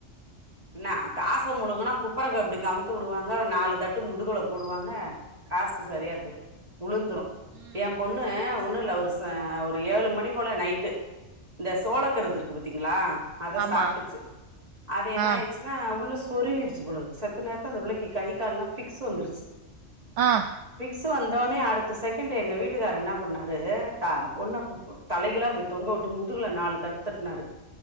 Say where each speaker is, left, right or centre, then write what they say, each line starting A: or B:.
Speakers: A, on the right; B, on the right.
A: என்ன காச முழுங்கனா குப்பரக்க இப்டி கமுத்து உடுவாங்க நாலு தட்டு முதுகுல போடுவாங்க காசு சரியா பேரு உளுந்துரு
B: ம்
A: எ பொண்ணு ஒண்ணு இல்ல ஒரு ஒரு ஏழு மணி போல நைட்டு இந்த சோளக்கருது இருக்கு பாத்தீங்ளா அத
B: ஆமா
A: சாப்ட்டுச்சு அது என்ன
B: ஆ
A: ஆய்ச்சுன்னா உள்ள சொருவிருச்சு போலருக்கு செத்த நேரத்துல அந்த புள்ளைக்கு கை கால்லா பிக்ஸ் வந்துருச்சு
B: ஆ
A: பிக்ஸ் வந்தோனே அடுத்த செகண்ட் எங்க வீட்டுக்கார் என்ன பண்ணாரு தா பொண்ண குப்பு தலைகீழா அப்டி தொங்க வுட்டு முதுகுல நாலு தட்டு தட்னாரு